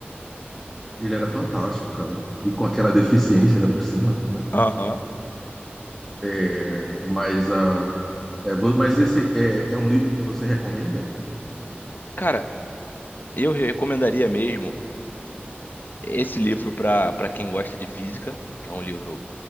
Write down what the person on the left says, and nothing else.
Aham.
Cara, eu recomendaria mesmo esse livro para para quem gosta de física, que é um livro,